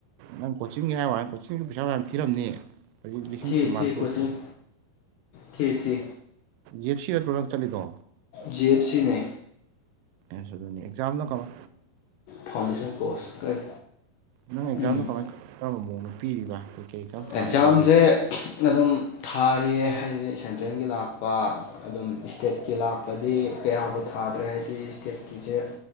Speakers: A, on the right; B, on the left.
A: ꯅꯪ ꯀꯣꯆꯤꯡꯒꯤ ꯍꯥꯏ ꯋꯥꯅꯤ ꯀꯣꯆꯤꯡꯒꯤ ꯄꯩꯁꯥ ꯃꯌꯥꯝ ꯊꯤꯔꯝꯅꯤ ꯍꯧꯖꯤꯛ ꯂꯤꯁꯤꯡ
B: ꯊꯤꯊꯤ
A: ꯀꯨꯟꯃꯥꯊꯣꯏ
B: ꯀꯣꯆꯤꯡ ꯊꯤ ꯊꯤ
A: ꯖꯦꯞ ꯁꯤ ꯅꯠꯇ꯭ꯔꯣ ꯅꯪ ꯆꯠꯂꯤꯗꯣ
B: ꯖꯤ ꯑꯦꯐ ꯁꯤꯅꯦ
A: ꯑꯁ ꯑꯗꯨꯅꯤ ꯑꯦꯖꯥꯝ ꯅ ꯀꯃ
B: ꯐꯥꯎꯟꯗꯦꯁꯟ ꯀꯣꯔꯁ ꯀꯔꯤ
A: ꯅꯪ ꯑꯦꯛꯖꯥꯝꯗ
B: ꯎꯝ
A: ꯀꯃꯥꯏ ꯀꯔꯝꯕ ꯃꯑꯣꯡꯗ ꯄꯤꯔꯤꯕ ꯀꯩ ꯑꯦꯛꯖꯥꯝ ꯊꯥꯔꯤꯕ
B: ꯑꯦꯛꯖꯥꯝꯁꯦ
A: ꯕꯦꯡ
B: ꯑꯗꯨꯝ ꯊꯥꯔꯤꯌꯦ ꯍꯥꯏꯕꯗꯤ ꯁꯦꯟꯇ꯭ꯔꯦꯜꯒꯤ ꯂꯥꯛꯄ ꯑꯗꯨꯝ ꯏꯁꯇꯦꯠꯀꯤ ꯂꯥꯛꯄꯗꯤ ꯀꯌꯥꯕꯨ ꯊꯥꯗ꯭ꯔꯦ ꯍꯥꯏꯗꯤ ꯏꯁꯇꯦꯠꯀꯤꯁꯦ